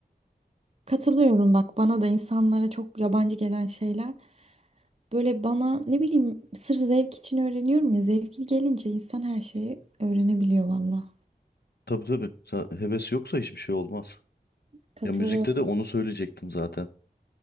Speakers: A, on the right (about 40°); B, on the left (about 70°).
A: Katılıyorum bak bana da insanlara çok yabancı gelen şeyler. Böyle bana ne bileyim sırf zevk için öğreniyorum ya. Zevkli gelince insan her şeyi öğrenebiliyor valla.
B: Tabii tabii. Sa- Heves yoksa hiçbir şey olmaz.
A: Katılıyorum.
B: Ya müzikte de onu söyleyecektim zaten.